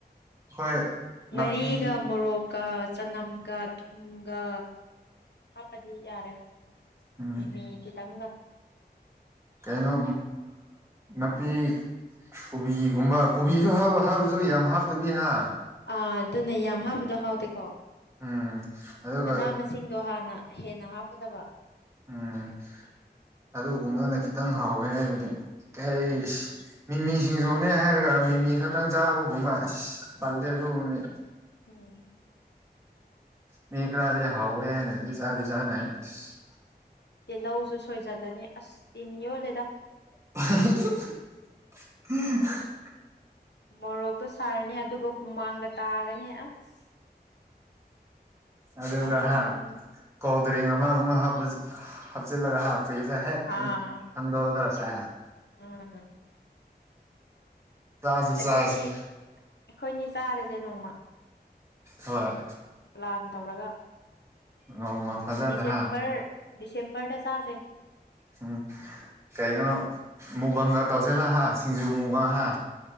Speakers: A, on the right; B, on the left.
A: ꯑꯩꯈꯣꯏ
B: ꯉꯥꯔꯤꯒ
A: ꯅꯥꯄꯤ
B: ꯃꯣꯔꯣꯛ ꯀ ꯆꯅꯝꯒ ꯊꯨꯝꯒ ꯍꯥꯞꯄꯗꯤ ꯌꯥꯔꯦ
A: ꯎꯝ
B: ꯃꯤꯃꯤ ꯈꯤ ꯇꯪꯒ
A: ꯀꯩꯅꯩꯅꯣ ꯅꯄꯤ ꯀꯣꯕꯤꯒꯨꯝꯕ ꯀꯣꯕꯤꯁꯨ ꯍꯥꯕꯥ ꯍꯥꯕꯁꯨ ꯌꯥꯝ ꯍꯥꯞꯇꯕꯤ ꯍꯥ
B: ꯑ ꯑꯗꯨꯅꯦ ꯌꯥꯝ ꯍꯥꯕꯗꯣ ꯍꯥꯎꯗꯦꯀꯣ
A: ꯎꯝ ꯑꯗꯨꯒ
B: ꯃꯅꯥ ꯃꯁꯤꯡꯗꯣ ꯍꯥꯟꯅ ꯍꯦꯟꯅ ꯍꯥꯞꯀꯗꯕ
A: ꯎꯝ ꯑꯗꯨꯒꯨꯝꯕꯗꯅ ꯈꯤꯇꯪ ꯍꯥꯎꯋꯦ ꯍꯥꯏꯕꯗꯤ ꯀꯩ ꯍꯥꯏꯒꯤ
B: ꯎꯝ
A: ꯃꯤꯃꯤ ꯁꯤꯡꯖꯅꯦ ꯍꯥꯏꯔꯒ ꯃꯤꯃꯤ ꯈꯛꯇꯪ ꯆꯥꯕꯒꯨꯝꯕ ꯑꯁ ꯇꯥꯜꯂꯦ ꯑꯗꯨꯒꯨꯝꯕꯗꯤ
B: ꯎꯝ
A: ꯃꯤ ꯈꯔꯗꯤ ꯍꯥꯎꯋꯦ ꯍꯥꯏꯅꯗꯤ꫰ꯆꯥꯗꯤ ꯆꯥꯅꯩ ꯏꯁ
B: ꯇꯤꯜꯍꯧꯁꯨ ꯁꯣꯏꯖꯜꯂꯅꯤ ꯑꯁ ꯇꯤꯟ ꯌꯣꯜꯂꯦꯗ
A: <unintelligible>
B: ꯃꯣꯔꯣꯛꯇꯣ ꯁꯥꯔꯅꯤ ꯑꯗꯨꯒ ꯍꯨꯃꯥꯡꯒ ꯇꯥꯒꯅꯤ ꯑꯁ
A: ꯑꯗꯨꯗꯒ
B: ꯆꯥꯅꯤꯡꯉꯦ
A: ꯍꯥ
B: ꯆꯥꯅꯤꯡꯉꯦ
A: ꯀꯣꯜ ꯗ꯭ꯔꯤꯡ ꯑꯃꯒꯨꯝꯕ ꯍꯥꯞꯆꯤꯜꯂꯒ ꯐ꯭ꯔꯤꯖꯇ ꯍꯦꯛ
B: ꯑꯥ
A: ꯊꯥꯡꯗꯣꯛꯑꯗꯧ ꯆꯦ
B: ꯎꯝ
A: ꯆꯥꯁꯤ
B: ꯑ ꯑꯩꯈꯣꯏꯅꯤ
A: ꯆꯥꯁꯤ
B: ꯑꯩꯈꯣꯏꯅꯤ ꯆꯥꯔꯁꯦ ꯅꯣꯡꯃ
A: ꯍꯣꯏ
B: ꯄ꯭ꯂꯥꯟ ꯇꯧꯔꯒ
A: ꯅꯣꯡꯃ ꯐꯖꯅ
B: ꯗꯤꯁꯦꯝꯕꯔ
A: ꯍꯥ
B: ꯗꯤꯁꯦꯝꯕꯔꯗ ꯆꯥꯁꯦ
A: ꯑꯣꯝ ꯀꯩꯅꯣ ꯃꯨꯕꯥꯡꯒ ꯇꯧꯖꯦꯂ ꯍꯥ ꯁꯤꯡꯖꯨ ꯃꯨꯕꯥꯡꯥ